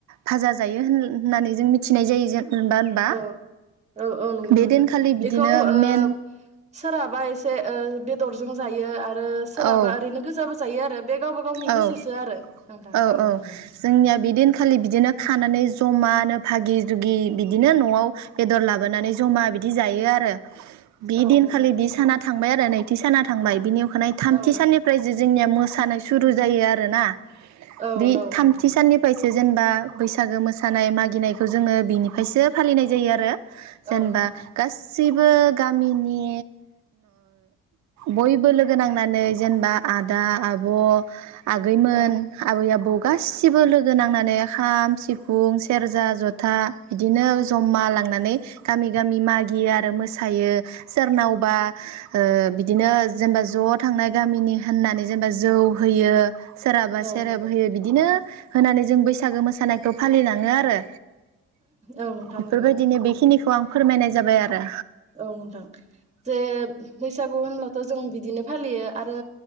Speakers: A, on the right (about 65°); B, on the right (about 20°).
A: भाजा जायो हो -होननानै जों मिथिनाय जायो। जेनेबा होनबा
B: औ औ औ नंगौ
A: बे
B: नोंथां
A: दिनखालि बिदिनो
B: बेखौ ओ
A: मेन
B: सोराबा एसे <unintelligible> बेदरजों जायो आरो <unintelligible> सोरहाबा
A: औ
B: ओरैनो गोजाबो <unintelligible> <unintelligible> बे गावबा गावनि
A: औ
B: गोसोसो आरो। नोंथां
A: औ औ
B: नंगौ
A: जोंनिया बि दिन <unintelligible> <unintelligible> बिदिनो खानानै जमानो भागि जुगि बिदिनो न'आव बेदर लाबोनानै जमा बिदि जायो आरो। बिदिन
B: औ नंगौ
A: खालि बि साना थांबाय आरो नैथि साना थांबाय बिनि अखानायै थामथि
B: औ नंगौ
A: साननिफ्राय जोंनिया मोसौ मोसानाय सुरु जायो आरोना।
B: औ
A: बे
B: नौ
A: थामथि
B: नोंथां
A: साननिफ्राय जे जेनेबा बैसागो मोसानाय मागिनायखौ जोङो बिनिफ्रायसो फालिनाय जायो आरो। जेनबा
B: औ नोंथां
A: गासै गासैबो गामिनि बयबो लोगो नांनानै जेनेबा आदा आब'। आगैमोन।
B: औ
A: आबै आबौ गासिबो लोगो नांनानै खाम सिफुं सेरजा जथा बिदिनो जमा लांनानै गामि गामि मागियो आरो मोसायो सोरनावबा बिदिनो जेनेबा ज' थांनाय गामिनि होननानै जेनेबा जौ होयो। सोराबा।
B: औ
A: सेरेब
B: नंगौ
A: होयो बिदिनो। होनानै जों बैसागो मोसानायखौ फालिलाङो आरो।
B: औ नोंथां
A: बेफोरबायदिनो
B: नंगौ
A: बेखिनिखौ आं। फोरमायनाय जाबाय आरो।
B: औ नोंथां जे बैसागु होनब्लाथ' जों बिदिनो फालियो आरो।